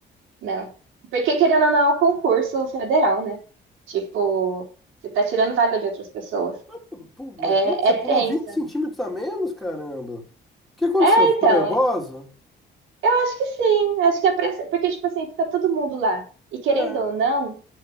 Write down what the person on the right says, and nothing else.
Não. Porque, querendo ou não, é um concurso federal, né? Tipo, você tá tirando vaga de outras pessoas.
É,
é
tensa.
Então,
eu acho que sim. Acho que a pressão. Porque, tipo assim, fica todo mundo lá. E querendo
ou não,